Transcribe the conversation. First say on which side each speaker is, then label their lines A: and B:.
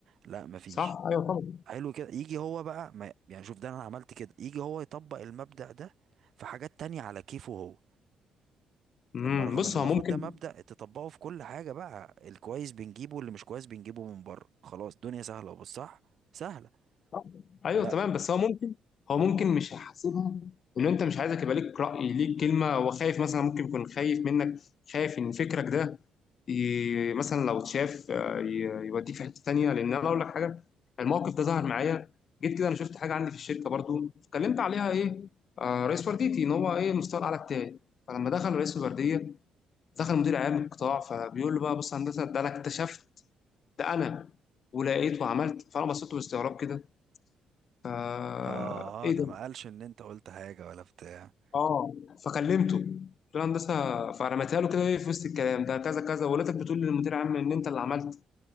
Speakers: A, on the right; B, on the left.
A: لا مفيش
B: صح ايوه طبعا
A: حلو كده يجي هو بقى ما يعني شوف ده انا عملت كده يجي هو يطبق المبدأ ده في حاجات تانية على كيفه هو
B: امم
A: اما رغم
B: بص
A: ان المفروض
B: هو ممكن
A: ده مبدأ تطبقه في كل حاجة بقى الكويس بنجيبه واللي مش كويس بنجيبه من بره خلاص الدنيا سهلة وبص صح سهلة
B: آه. ايوه
A: لا
B: تمام بس هو ممكن هو
A: مم.
B: ممكن مش هيحاسبها ان انت مش عايزك يبقى ليك راي ليك كلمه هو خايف مثلا ممكن يكون خايف منك خايف ان فكرك ده ي... مثلا لو اتشاف آه، ي- يوديك في حته تانيه لان انا اقول لك حاجه الموقف ده ظهر معايا جيت كده انا شفت حاجه عندي في الشركه برضو فكلمت عليها ايه آه رئيس ورديتي ان هو ايه المستوى الاعلى بتاعي فلما دخل رئيس الورديه دخل مدير اعلام القطاع فبيقول له بقى بص يا هندسه ده انا اكتشفت ده انا ولقيت وعملت فانا بصيت له باستغراب كده فا
A: اه
B: ايه
A: آه، ده
B: ده؟
A: ما قالش ان انت قلت حاجة ولا بتاع
B: اه فكلمته قلت له هندسه فرميتها له كده ايه في وسط الكلام ده كذا كذا ولادك بتقول للمدير عام ان انت اللي عملت